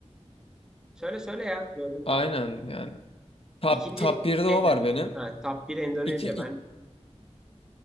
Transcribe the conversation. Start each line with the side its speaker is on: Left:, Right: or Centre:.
Centre: söyle söyle ya böldüm pardon.
Left: aynen yani top
Centre: İkinci
Left: top 1'de
Centre: şeydi.
Left: o var benim.
Centre: Ha, top 1 Endonezya
Left: İki, ik-
Centre: ben.